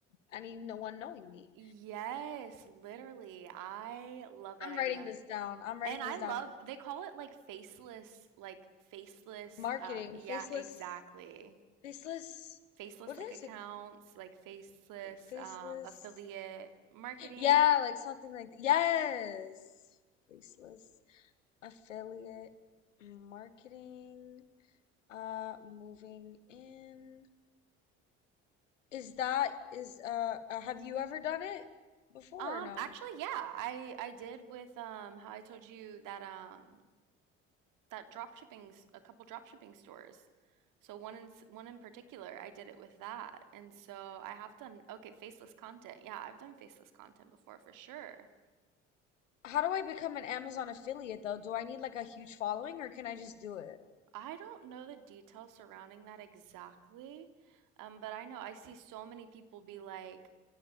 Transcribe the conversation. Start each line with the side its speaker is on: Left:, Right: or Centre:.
Left: any no one knowing me.
Right: Yes, literally. I love that
Left: I'm
Right: idea.
Left: writing this down. I'm writing
Right: And I
Left: this
Right: love
Left: down.
Right: they call it like faceless, like faceless
Left: Marketing,
Right: uh yeah,
Left: faceless,
Right: exactly.
Left: faceless.
Right: Faceless
Left: What
Right: like
Left: is
Right: accounts,
Left: it?
Right: like faceless
Left: Faceless.
Right: um affiliate marketing.
Left: Yeah, like something like th- Yes, faceless affiliate marketing. Uh, moving in. Is that is uh uh, have you ever done it before
Right: Um
Left: or no?
Right: actually yeah, I I did with um how I told you that um that drop shipping s- a couple drop shipping stores. So one in one in particular, I did it with that. And so I have done okay, faceless content. Yeah, I've done faceless content before for sure.
Left: How do I become an Amazon affiliate though? Do I need like a huge following or can I just do it?
Right: I don't know the details surrounding that exactly. Um, but I know I see so many people be like